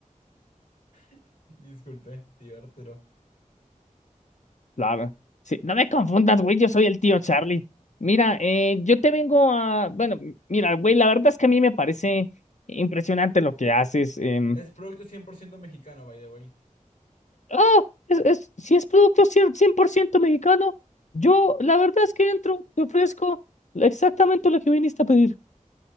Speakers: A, on the left (about 80°); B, on the left (about 60°).
A: <laughs> Disculpe, tío Arturo.
B: Claro. Sí, no me confundas, güey, yo soy el tío Charlie. Mira, eh, yo te vengo a... Bueno, m- mira, güey, la verdad es que a mí me parece impresionante lo que haces. em,
A: Es producto 100% mexicano, by the way.
B: Ah, es, es- si es producto 100, 100% mexicano, yo la verdad es que entro, te ofrezco exactamente lo que viniste a pedir.